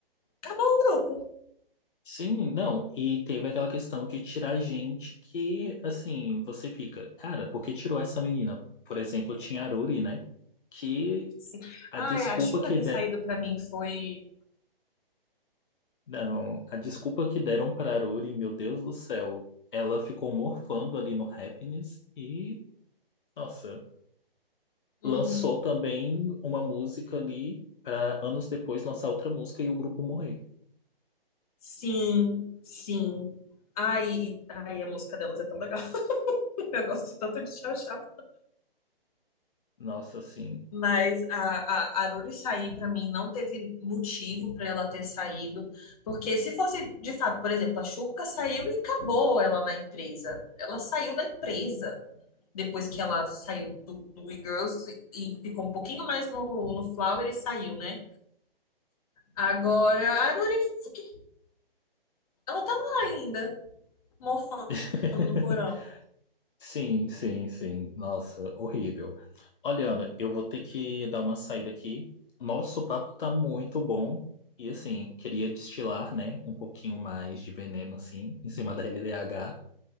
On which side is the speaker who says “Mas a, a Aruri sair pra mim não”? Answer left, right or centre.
Left